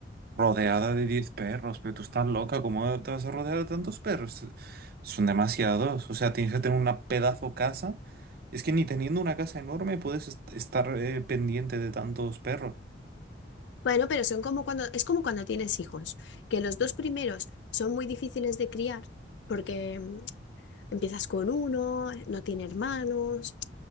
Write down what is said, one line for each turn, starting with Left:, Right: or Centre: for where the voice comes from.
Right: rodeada de 10 perros, pero tú estás loca, ¿cómo te vas a rodear de tantos perros? Son demasiados, o sea, tienes que tener una pedazo casa. Es que ni teniendo una casa enorme puedes est- estar eh, pendiente de tantos perros.
Left: Bueno, pero son como cuando, es como cuando tienes hijos, que los dos primeros son muy difíciles de criar, porque mm, Empiezas con uno, no tiene hermanos,